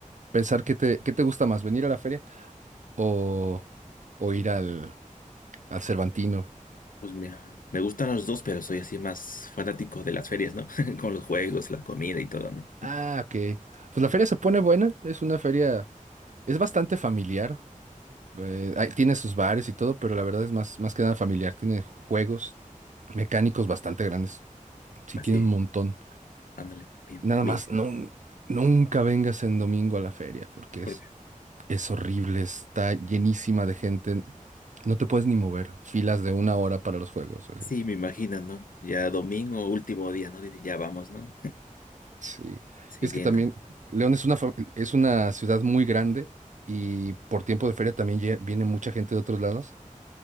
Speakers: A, on the right; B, on the left.
A: pensar qué te, qué te gusta más, venir a la feria o, o ir al, al Cervantino.
B: Pues mira, me gustan los dos, pero soy así más fanático de las ferias, ¿no? <laughs> Con los juegos, la comida y todo, ¿no?
A: Ah, ok. Pues la feria se pone buena. Es una feria, es bastante familiar. eh, ahí tiene sus bares y todo, pero la verdad es más, más que nada familiar. Tiene juegos mecánicos bastante grandes. Sí,
B: Así,
A: tiene un montón.
B: ándale, mi,
A: Nada
B: mi,
A: más, no, nunca vengas en domingo a la feria porque
B: porque
A: es Es horrible, está llenísima de gente. No te puedes ni mover. Filas de una hora para los juegos. así.
B: sí, me imagino, ¿no? Ya domingo, último día, ¿no? Dice, ya vamos, ¿no?
A: Sí.
B: <laughs> Se
A: Y es
B: llenan.
A: que también León es una, fa- es una ciudad muy grande y por tiempo de feria también lle- viene mucha gente de otros lados.